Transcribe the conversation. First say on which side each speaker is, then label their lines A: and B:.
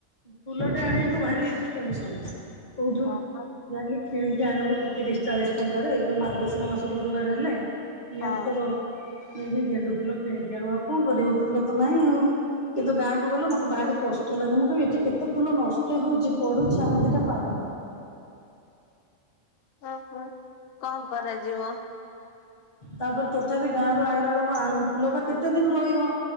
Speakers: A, on the left (about 35°); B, on the left (about 55°).
A: ଫୁଲ ଟେ ଆଣିବାକୁ ଭାରି ଟେନସନ କୋଉଠୁ।
B: ହଁ ପା
A: ଯାଇକି କିଣିକି ଆଣିବୁ କୁ ତିରିଶ ଚାଳିଶ ଟଙ୍କାରେ ଏଇ ଯୋଉ ମାର୍ଗଶିର ମାସ ଗୁରୁବାର ହେଲେ। ନିହାତି
B: ହଁ।
A: ତ ଦର <unintelligible> ଗେଣ୍ଡୁ ଫୁଲ କିଣିକି ଆଣୁ ଆଉ କଣ କରିବୁ ଫୁଲ ତ ନାହିଁ ଆଉ। କିନ୍ତୁ ଗାଁକୁ ଗଲେ ମତେ ଭାରି କଷ୍ଟ ଲାଗେ ମୁଁ କହିବି ଏ ଚି କେତେ ଫୁଲ ନଷ୍ଟ ହଉଛି ପଡୁଛି ଆମେ ଦିଟା ପାଉନି।
B: ଓହୋ କଣ କରାଯିବ?
A: ତାପରେ ତଥାପି ଗାଁ ରୁ ଆଇଲା ବେଳକୁ ଆଣୁ। ଫୁଲ ବା କେତେ ଦିନ ରହିବ?